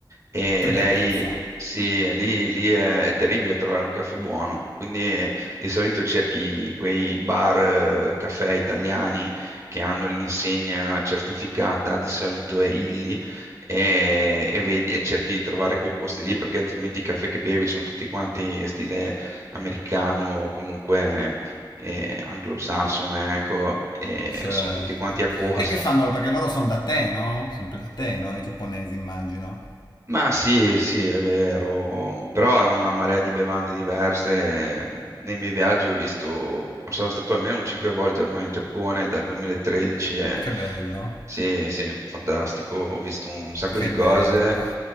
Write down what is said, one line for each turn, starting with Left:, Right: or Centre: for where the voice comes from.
Right: e
Left: che bellezza.
Right: lei, sì, è lì, lì è, è terribile trovare un caffè buono, quindi di solito cerchi quei bar, eh, caffè italiani che hanno l'insegna certificata, di solito è Illy, e, e vedi- e cerchi di trovare quei posti lì perché altrimenti i caffè che bevi sono tutti quanti stile americano o comunque eh, anglosassone, ecco, e
Left: Certo.
Right: sono tutti quanti acquosi.
Left: E che fanno? Perché loro sono da te, no? Sono più da te, no? I giapponesi immagino.
Right: Ma sì, sì, è vero, però hanno una marea di bevande diverse. Nei miei viaggi ho visto, sono stato almeno un 5 volte ormai in Giappone dal 2013 e
Left: Che bello,
Right: sì, sì, fantastico, ho visto un sacco
Left: che
Right: di cose
Left: bello.